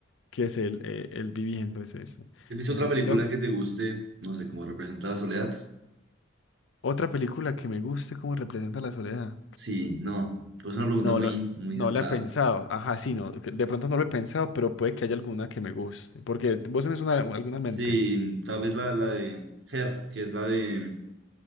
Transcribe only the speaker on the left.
que es el, eh, el viviendo, es eso.
Es
muy
loco.
Otra película que me guste cómo representa la soledad.
No
lo,
no
la he pensado. Ajá, sí, no, que de pronto no lo he pensado, pero puede que haya alguna que me guste. Porque vos tenés una, alguna en
mente.